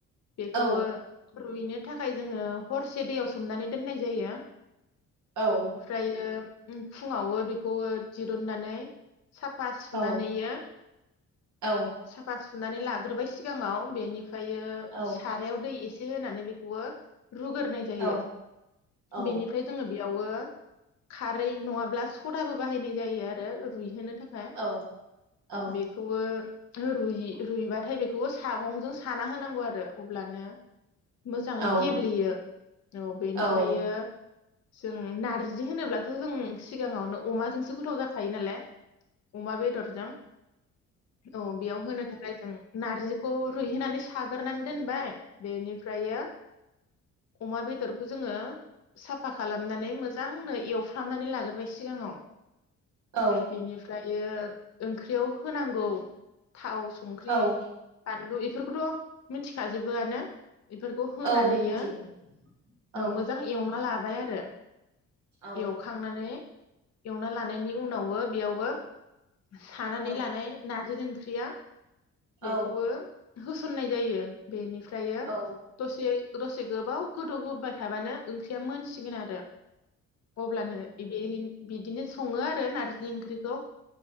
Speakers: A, on the left; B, on the right.
A: बेखौबो
B: औ
A: रुइनो थाखाय जोङो हरसे दैयाव सोमनानै दोननाय जायो।
B: औ।
A: फ्रायो ओम फुङावबो बेखौ दिरुननानै। साफा सुनानैयो
B: औ औ
A: साफा। सुनानै लाग्रोबाय सिगाङाव बेनिफ फ्रायो
B: औ
A: सारायाव दै एसे। एसे होनानै बेखौबो रुग्रोनाय जायो
B: औ औ
A: बेनिफ्राय जोङो बेयावबो खारै नङाब्ला सदाबो बाहायनाय जायो आरो रुइहोनो। थाखाय
B: औ औ
A: बेखौबो ओहो रुयि रुयबाथाय बेखौबो सागंजों साना होनांगौ आरो अब्लानो। मोजाङै
B: औ
A: गेब्लेयो औ बेनिफ्रायो।
B: औ
A: जों नारजि जि बिदि होनोब्लाथ' जों। सिगाङावनो अमाजोंसो गोथाव जाखायो नालाय अमा बेदरजों औ बेयाव होनो थाखाय जों। नार्जिखौ रुइहोनानै साग्रोनानै दोनबाय। बेनिफ्रियो अमा बेदरखौ जोंङो साफा खालामनानै मोजां मोजांनो एवफ्रामनानै लाग्रोबाय सिगांआव।
B: औ
A: बेनिफ्राय। बेयो ओंख्रियाव होनांगौ। थाव संख्रि
B: औ
A: बानलु। फोरखौथ' मिथिखाजोबोआनो। बेफोरखौ होनानैयो
B: औ मिथिगौ औ
A: मोजां एवना ला बाय आरो।
B: औ
A: एवखांनानै एवना लानायनि उनावबो बेयावबो सानानै
B: औ
A: लानाय नारजिजों ख्रिया
B: औ
A: बेखौबो होसननाय जायो बेनि फ्रायो
B: औ
A: दसे। दसे गोबाव गोदौ होबाय थाबानो ओंख्रिया मोन सिगोन आरो। अब्लानो इदि <unintelligible> बिदिनो संङो आरो नारजि ओंख्रिखौ।